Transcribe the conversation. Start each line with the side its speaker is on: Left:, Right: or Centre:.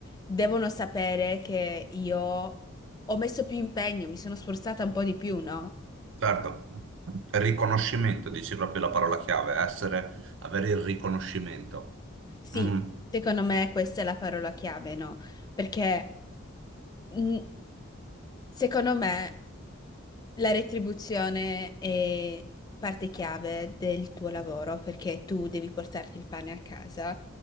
Left: devono sapere che io ho messo più impegno, mi sono sforzata un po' di più, no?
Right: Certo, riconoscimento, dici proprio la parola chiave, essere, avere il riconoscimento.
Left: Sì,
Right: Mhm.
Left: secondo me questa è la parola chiave, no? Perché mh, secondo me la retribuzione è parte chiave del tuo lavoro perché tu devi portarti il pane a casa,